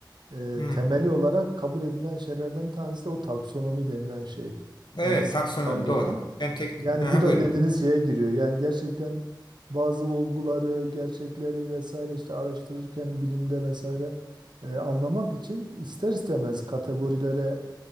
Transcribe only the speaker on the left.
Hı.
Evet
taksonomi doğru. Ben teknik.
Aha,
buyurun.